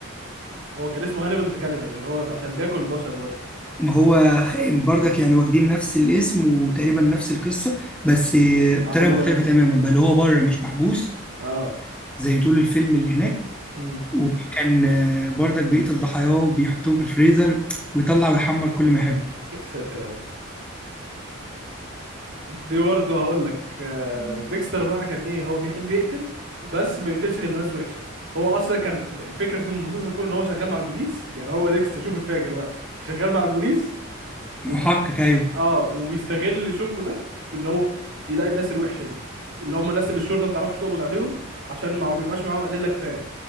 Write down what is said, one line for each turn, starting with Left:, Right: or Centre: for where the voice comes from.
Right: هو كان اسمه هانيبال ده كانيبال اللي هو عشان بياكل البشر برضه
Centre: ما هو خائن برضك يعني واخدين نفس الاسم وتقريبا نفس القصه بس بطريقه
Right: عملوها
Centre: مختلفه
Right: بقى مسلسل
Centre: تماما بل هو بره مش محبوس
Right: اه
Centre: زي طول الفيلم اللي هناك
Right: امم
Centre: وكان برضك بيقتل ضحاياه وبيحطهم في الفريزر ويطلع ويحمر كل ما يحب
Right: <laughs> ساتر يا رب في برضه هقول لك آه، مم. ديكستر بقى كان ايه هو بيحب يقتل بس ما بيقتلش غير الناس وحشه فهو اصلا كان الفكره في المسلسل كله ان هو شغال مع البوليس يعني هو ديكستر شوف الفاجر بقى شغال مع البوليس
Centre: محقق
Right: و...
Centre: ايوه
Right: اه وبيستغل شغله ده في ان هو يلاقي الناس الوحشه دي اللي هم الناس اللي الشرطه ما بتعرفش تقبض عليهم عشان ما بيبقاش معاهم ادله كفايه